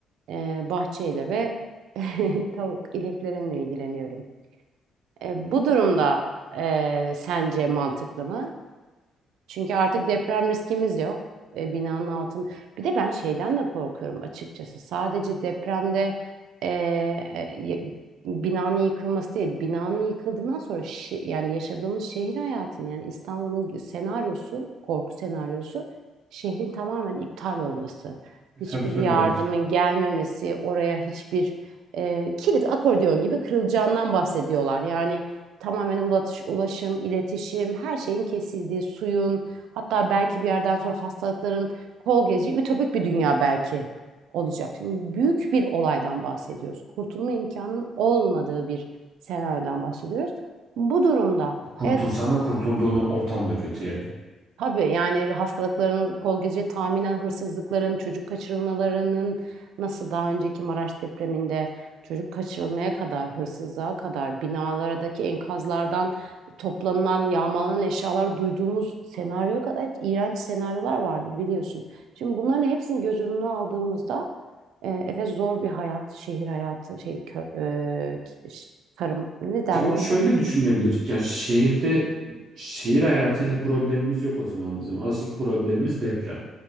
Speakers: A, on the right; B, on the right.
A: eee, bahçeyle ve <laughs> tavuk ineklerimle ilgileniyorum. E, bu durumda eee, sence mantıklı mı? Çünkü artık deprem riskimiz yok. E, binanın altın. Bir de ben şeyden de korkuyorum açıkçası. Sadece depremde e, e, y- binanın yıkılması değil. Binanın yıkıldığından sonra şi- yani yaşadığımız şehir hayatının yani İstanbul'un senaryosu, korku senaryosu şehrin tamamen iptal olması. Hiçbir
B: Tabii tabii
A: yardımın
B: evet.
A: gelmemesi, oraya hiçbir e, kilit akordeon gibi kırılacağından bahsediyorlar. Yani tamamen ulatış, ulaşım, iletişim, her şeyin kesildiği, suyun, hatta belki bir yerden sonra hastalıkların kol gezeceği ütopik bir dünya belki olacak. Şimdi büyük bir olaydan bahsediyoruz. Kurtulma imkanının olmadığı bir senaryodan bahsediyoruz. Bu durumda
B: Kurtulsan
A: evet
B: da kurtulduğunu ortam da kötü yani.
A: Tabii yani hastalıkların kol gece tahminen hırsızlıkların, çocuk kaçırılmalarının nasıl daha önceki Maraş depreminde çocuk kaçırılmaya kadar, hırsızlığa kadar binalardaki enkazlardan toplanılan, yağmalanan eşyalar duyduğumuz senaryoya kadar iğrenç senaryolar vardı biliyorsun. Şimdi bunların hepsini göz önüne aldığımızda e, evet zor bir hayat, şehir hayatı, şey kö, e, ki- ş- tarım ne derler
B: Ya onu
A: oraya?
B: şöyle düşünebilir. Ya şehirde şehir hayatıyla problemimiz yok o zaman bizim. Asıl problemimiz deprem.